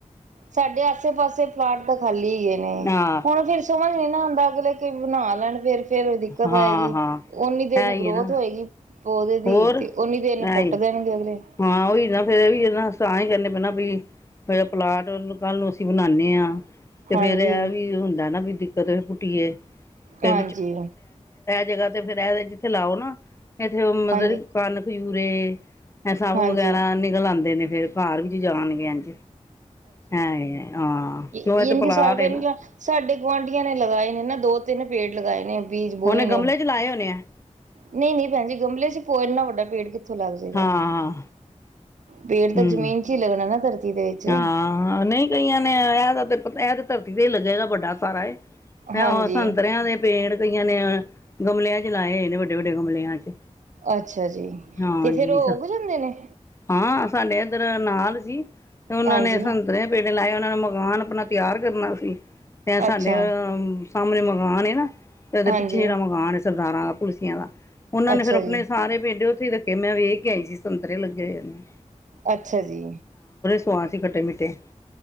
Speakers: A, on the right; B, on the left.
A: ਸਾਡੇ ਆਸੇ ਪਾਸੇ ਪਲਾਟ ਤਾਂ ਖਾਲੀ ਗਏ ਨੇ
B: ਹਾਂ
A: ਹੁਣ ਫੇਿਰ ਸਮਝ ਨੀ ਨਾ ਹੁੰਦਾ ਅੱਗਲੇੈ ਕੇ ਬਣਾ ਲੈਣ ਫਿਰ ਫੇਰ ਦਿੱਕਤ
B: ਹਾਂ
A: ਆਏਗੀ
B: ਹਾਂ
A: ਉਓਨੀ ਦਿਨ
B: ਹੈ ਹੀ
A: ਗਰੋਥ
B: ਹੈ ਨਾ
A: ਹੋਏਗੀ ਪੌਦੇ ਦੀ
B: ਹੋਰ
A: ਤੇ ਓਨੀ ਦੇਰ ਨੂੰ ਪੁੱਟ
B: ਐ
A: ਦੇਣਗੇ ਅਗਲੇ
B: ਹਾਂ ਹੀ ਨਾ ਫੇਿਰ ਇਹ ਵੀ ਇਹ ਤਾਂ ਹੀ ਕਹਿੰਦੇ ਪਹਿਾਂ ਵੀ ਹੋ ਪਲਾਟ ਕੱਲ ਨੂੰ ਅਸੀਂ ਬਣਾਉਂਦੇ ਹਾਂ ਤੇ
A: ਹਾਂਜੀ
B: ਫੇਰ ਇਹ ਵੀ ਹੁੰਦਾ ਨਾ ਵੀ ਦਿੱਕਤ ਪੁੁੱਟੀਏ ਤੇ
A: ਹਾਂਜੀ
B: ਜਗ੍ਹਾ ਤੇ ਫੇਰ ਇਹ ਜਿੱਥੇ ਲਾਓ ਨਾ ਇੱਥੇ ਉਹ ਮਤਲਬ
A: ਹਾਂਜੀ
B: ਕਨ ਖਯੂਰੇ ਸਭ
A: ਹਾਂਜੀ
B: ਵਗੈਰਾ ਨਿਕਲ ਆਉਂਦੇ ਨੇ ਫੇਰ ਘਰ ਵਿੱਚ ਜਾਣਗੇ ਇੰ ਹੈ ਹਾਂ
A: ਇਹੀ
B: ਕਿਉਂ ਇਹ ਤੇ ਪਲਾਟ
A: ਕਿ ਫ
B: ਏ ਨਾ
A: ਸਾਡੇ ਗੁਆਂਢੀਆਂ ਨੇ ਲਗਾਏ ਨੇ ਨਾ ਦੋ ਤਿੰਨ ਪੇੜ ਲਗਾਏ ਨੇ ਬੀਜ ਬੋਏ
B: ਉਹਨੇ
A: ਨੇ
B: ਗਮਲੇ ਚ ਲਾਏ ਹੋਣੇ ਆ
A: ਨਹੀਂ ਨਹੀਂ ਭੈਣ ਜੀ ਗਮਲੇ ਸੀ ਇੰਨਾ ਵੱਡਾ ਪੇੜ ਕਿੱਥੋਂ ਲੱਗ ਜਾਗਾ
B: ਹਾਂ
A: ਪੇੜ ਤਾਂ
B: ਹੂੰ
A: ਜ਼ਮੀਨ ਚ ਹੀ ਲਗਣਾ ਨਾ ਦੇ ਵਿੱਚ
B: ਹਾਂ ਨਹੀਂ ਕਈਆਂ ਨੇ ਇਹ ਇਹ ਤੇ ਧਰਤੀ ਤੇ ਹੀ ਲੱਗੇਗਾ ਵੱਡਾ ਸਾਰਾ ਇਹ
A: ਹਾਂਜੀ
B: ਉਹ ਸੰਤਿਰਆਂ ਦੇ ਪੇੜ ਕਈਆਂ ਨੇ ਗਮਲਿਆਂ ਚ ਲਾਏ ਨੇ ਵੱਡੇ- ਵੱਡੇ ਗਮਲਿਆਂ ਚ
A: ਅੱਛਾ ਜੀ
B: ਹਾਂਜੀ
A: ਤੇ ਫੇਿਰ ਉਹ ਉਗ ਜਾਂਦੇ ਨੇ
B: ਹਾਂ ਸਾਡੇ ਇੱਧਰ ਨਾਲ ਸੀ ਤੇ ਉਹਨਾਂ
A: ਹਾਂਜੀ
B: ਨੇ ਸੰਤਰੇ ਪੇੜੇ ਲਾਏ ਉਹਨਾਂ ਨੂੰ ਮਕਾਨ ਆਪਣਾ ਤਿਆਰ ਕਰਨਾ ਸੀ ਤੇ ਸਾਡੇ
A: ਅੱਛਾ
B: ਅਹ ਸਾਹਮਣੇ ਮਕਾਨ ਨਾ ਤੇ ਉਹਦੇ
A: ਹਾਂਜੀ
B: ਪਿੱਛੇ ਜਿਹੜਾ ਮਕਾਨ ਦਾਰਾਂ ਦਾ ਪੁਲਸੀਆਂ ਦਾ ਉਹਨਾਂ
A: ਅੱਛਾ
B: ਨੇ ਫੇਿਰ ਆਪਣੇ
A: ਜੀ
B: ਸਾਰੇ ਪੇਡੇ ਦੇ ਮੈਂ ਵੇਖ ਕੇ ਆਈ ਸੀ ਸੰਤਰੇ ਲੱਗੇ ਹੋਏ ਨੇ
A: ਅੱਛਾ ਜੀ
B: ਸੋਆ ਸੀ ਖੱਟੇ ਮਿੱਟੇ